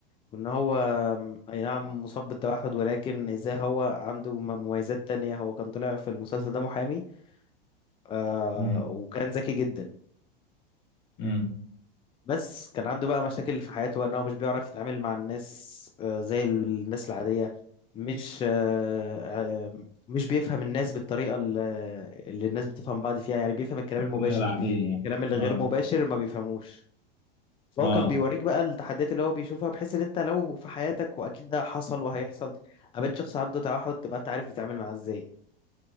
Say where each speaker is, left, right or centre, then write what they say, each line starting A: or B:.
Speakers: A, on the left; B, on the left.
A: وان هو م- اي نعم مصاب بالتوحد ولكن ازاي هو عنده م- مميزات تانية هو كان طلع في المسلسل ده محامي آه
B: امم
A: وكان ذكي جدا
B: امم
A: بس كان عنده بقى مشاكل في حياته بقى ان هو مش بيعرف يتعامل مع الناس آه، زي الناس العادية مش آه، آه، مش بيفهم الناس بالطريقة ال- اللي الناس بتفهم بعض فيها يعني بيفهم الكلام المباشر
B: العاديه يعني
A: الكلام اللي غير
B: اه
A: مباشر ما بيفهموش فهو
B: اه
A: كان بيوريك بقى التحديات اللي هو بيشوفها بحيث ان انت لو في حياتك واكيد ده حصل وهيحصل قابلت شخص عنده توحد تبقى انت عارف تتعامل معاه ازاي